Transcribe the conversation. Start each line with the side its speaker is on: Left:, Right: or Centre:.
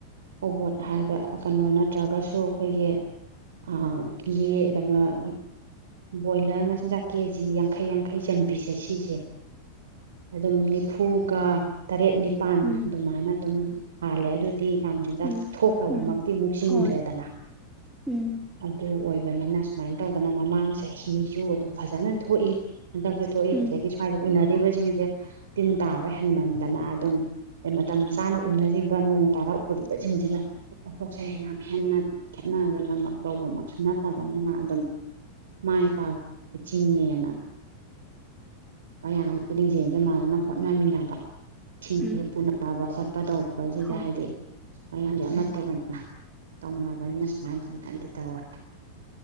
Right: ꯀꯣꯕꯣꯠ ꯍꯥꯏꯕ ꯀꯩꯅꯣ ꯅꯠꯇ꯭ꯔꯒꯁꯨ ꯑꯩꯈꯣꯏꯒꯤ__ ꯑꯥ ꯑꯦ ꯀꯩꯅꯣ__ ꯕꯣꯏꯂꯔ ꯃꯆꯤꯟꯖꯥꯛ ꯀꯦꯖꯤ ꯌꯥꯡꯈꯩ ꯌꯥꯡꯈꯩ ꯆꯟꯕꯤꯁꯦ ꯁꯤꯖꯦ__ ꯑꯗꯨꯝ ꯅꯤꯐꯨꯒ ꯇꯔꯦꯠ ꯅꯤꯄꯥꯜ
Centre: ꯎꯝ
Right: ꯑꯗꯨꯃꯥꯏꯅ ꯑꯗꯨꯝ ꯍꯥꯜꯂꯦ ꯑꯗꯨꯗꯤ__ ꯌꯥꯝ ꯍꯦꯟꯅ
Centre: ꯎꯝ
Right: ꯊꯣꯛꯇꯕꯃꯛꯇꯤ
Centre: ꯎꯝ
Right: ꯑꯃꯨꯛ ꯆꯤꯡꯗ꯭ꯔꯦꯗꯅ꯫
Centre: ꯍꯣꯏ ꯎꯝ
Right: ꯑꯗꯨ ꯑꯣꯏꯕꯅꯤꯅ ꯁꯨꯃꯥꯏꯅ ꯇꯧꯗꯅ ꯃꯃꯥꯡ ꯆꯍꯤꯖꯨ ꯑꯗꯨꯝ ꯐꯖꯅ ꯊꯣꯛꯏ ꯍꯟꯗꯛ__ ꯊꯣꯛꯏ
Centre: ꯎꯝ
Right: ꯑꯗꯒꯤ ꯁ꯭ꯋꯥꯏꯗ ꯎꯅꯔꯤꯕꯁꯤꯡꯖꯦ ꯇꯤꯟ ꯇꯥꯕ ꯍꯦꯟꯃꯟꯗꯅ ꯑꯗꯨꯝ__ ꯃꯇꯝ ꯆꯥꯅ ꯎꯅꯔꯤꯕ ꯅꯣꯡ ꯇꯥꯔꯥ ꯎꯔꯤꯕꯁꯤꯡꯁꯤꯒ__ ꯄꯣꯠꯊꯣꯛꯁꯦ ꯌꯥꯝ ꯍꯦꯟꯅ ꯈꯦꯠꯅꯗꯅꯃꯛ ꯇꯧꯕꯃꯛꯁꯨ ꯅꯠꯇꯕꯅꯤꯅ ꯑꯗꯨꯝ__ ꯃꯥꯏ ꯄꯥꯛ ꯆꯤꯡꯉꯦꯅ__ ꯃꯌꯥꯝꯁꯨ ꯂꯤꯡꯖꯦꯜ ꯖꯦ ꯃꯥꯟꯅꯅ ꯍꯣꯠꯅꯃꯤꯟꯅꯕ__ ꯁꯤꯡꯁꯦ
Centre: ꯎꯝ
Right: ꯄꯨꯅꯕ ꯈꯣꯠꯄ ꯇꯧꯔꯛꯄꯁꯤꯗ
Centre: ꯍꯣꯏ
Right: ꯍꯥꯏꯗꯤ__ ꯃꯌꯥꯝꯁꯦ ꯑꯃꯠꯇ ꯑꯣꯏꯅ ꯇꯧꯅꯕꯅꯤꯅ ꯁꯨꯃꯥꯏ ꯁꯨꯃꯥꯏꯅꯗꯤ ꯇꯧꯋꯦ꯫